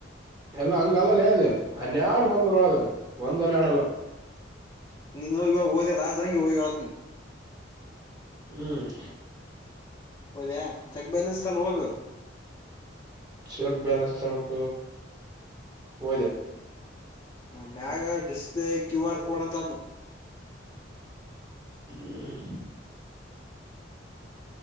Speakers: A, on the right (about 20°); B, on the left (about 20°).
A: ಎಲ್ಲ ಹಂಗಲ್ಲಲೇ ಅದು ಅನ್ಯಾಡು ಬಂದ್ವ್ರೊಳಗ ಒಂದಲ್ಲ ಎಡಲ್ಲ
B: ನಿನ್ನ ಇವಾಗ ಹಓದಲ್ಲ ಆ ಜನಂಗಿ ಹೋಗಿ ಹೇಳ್ತೀನಿ
A: ಹ್ಮ್
B: ಹೋದ್ಯಾ ಚೆಕ್ ಬ್ಯಾಲೆನ್ಸ್ ತಾನ ಹೋಗು
A: ಚೆಕ್ ಬ್ಯಾಲೆನ್ಸ್ ತನಕ ಹೋದೆ
B: ಹ್ಮ್ ಮ್ಯಾಗ ಡಿಸ್ಪ್ಲೇ ಕ್ಯೂ ಆರ್ ಕೋಡ್ ಅಂತ ಅದ್ ನೋಡ್
A: ಹ್ಮ್